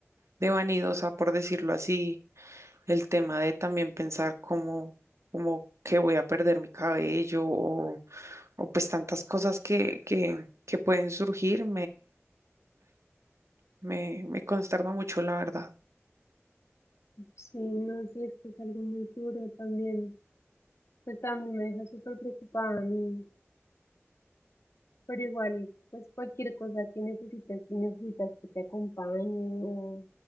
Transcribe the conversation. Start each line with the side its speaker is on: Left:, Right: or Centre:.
Right: de vanidosa, por decirlo así, el tema de también pensar cómo, cómo que voy a perder mi cabello o, o pues tantas cosas que, que, que pueden surgir, me, me consterna mucho, la verdad.
Left: Sí, no, sí, es que es algo muy duro también. Pues también me deja súper preocupada a mí, pero igual, pues cualquier cosa que necesites, si necesitas que te acompañe o,